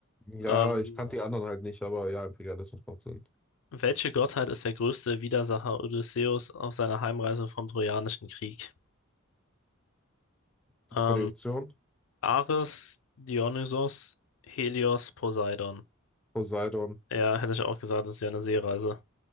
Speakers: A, in the centre; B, on the left.
A: Ja,
B: Ähm,
A: ich kannte die anderen halt nicht, aber ja, ja, das macht Sinn.
B: welche Gottheit ist der größte Widersacher Odysseus auf seiner Heimreise vom Trojanischen Krieg?
A: Gib
B: Ähm,
A: mal die Option.
B: Ares, Dionysos, Helios, Poseidon.
A: Poseidon.
B: Ja, hätte ich auch gesagt, das ist ja eine Seereise.